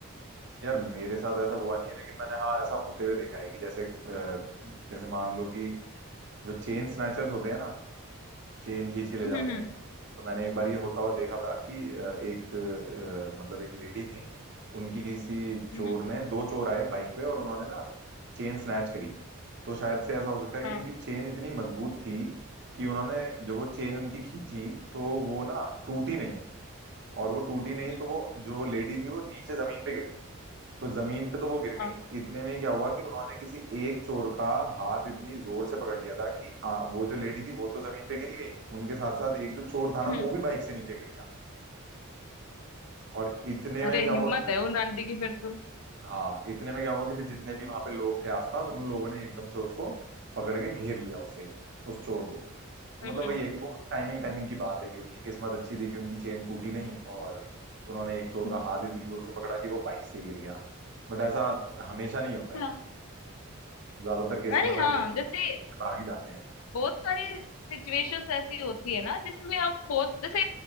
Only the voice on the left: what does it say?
हम्म
हम्म
हम्म
हाँ
हम्म,
हम्म,
हाँ
हम्म,
अरे
हिम्मत
है उन आंटी की फिर तो
हम्म
हम्म,
हाँ
अरे
हाँ
जैसे
बहुत सारी सिचुएशंस ऐसी होती है ना जिसमें हम बहुत जैसे